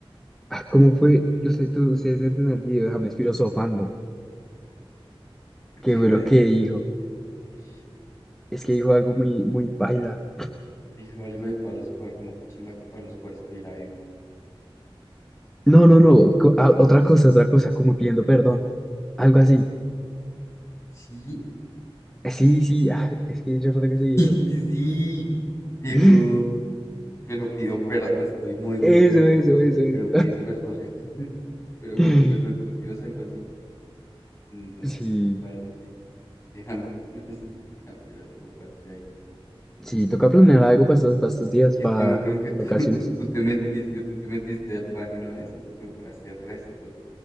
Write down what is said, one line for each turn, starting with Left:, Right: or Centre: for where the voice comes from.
Centre: Ah, ¿cómo fue? Usted, tú, ustedes dentro en el video, déjame es filosofando. ¿Qué
Left: Sí,
Centre: fue
Left: por
Centre: lo
Left: ahí
Centre: que
Left: deben
Centre: dijo?
Left: estar esos videos. Uish.
Centre: Es que dijo algo muy, muy paila.
Left: Dijo algo de Pablo Escobar, como que chimba que Pablo Escobar estuviera vivo.
Centre: No, no, no. co- ah, otra cosa, otra cosa, como pidiendo perdón. Algo así.
Left: Sí,
Centre: Eh, Sí, sí, ah, es que yo no tengo ese video.
Left: <laughs> sí. Dijo,
Centre: <laughs>
Left: pero pidió perdón. Estoy muy, muy
Centre: Eso,
Left: llevado,
Centre: eso,
Left: pero,
Centre: eso, eso.
Left: pero pidió perdón. <laughs> Pero me
Centre: <laughs>
Left: perdón con Dios, algo así. No,
Centre: Sí.
Left: qué parche. Es que jamás, jamás, jamás, harto parche ahí.
Centre: Sí, toca planear algo para estos, para estos días,
Left: Y que
Centre: para
Left: yo me acuerdo que tú,
Centre: vacaciones.
Left: <laughs> tú te metiste, tú te metiste al baño una vez y que te borraste el resto.